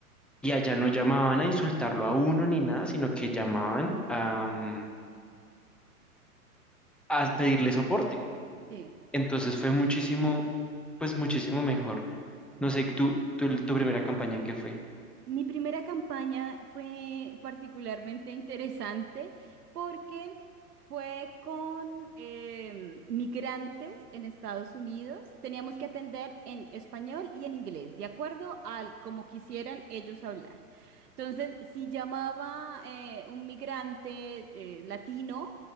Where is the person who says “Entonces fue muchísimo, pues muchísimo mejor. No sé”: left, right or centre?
Centre